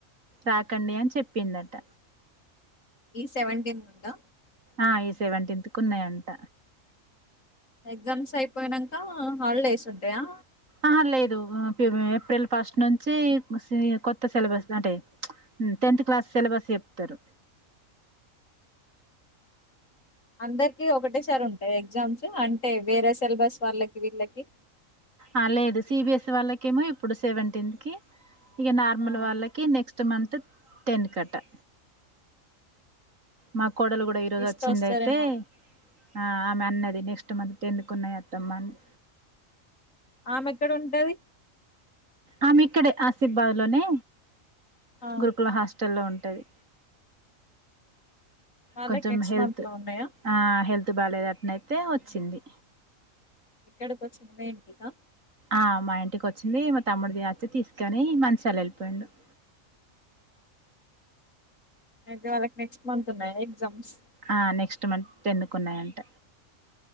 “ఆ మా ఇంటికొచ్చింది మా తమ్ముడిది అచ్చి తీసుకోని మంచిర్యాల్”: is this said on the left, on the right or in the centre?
Right